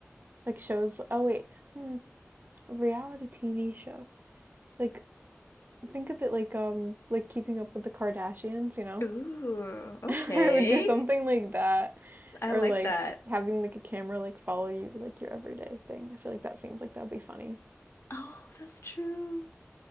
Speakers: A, on the right; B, on the left.
A: like shows? Oh wait. Hmm. Reality TV show. Like, think of it like um like keeping up with the Kardashians, you know?
B: Ooh,
A: <laughs>
B: okay.
A: I would do something like that.
B: I
A: Or
B: like
A: like
B: that.
A: having like a camera like follow you like your everyday thing. I feel like that seems like that would be funny.
B: Oh, that's true.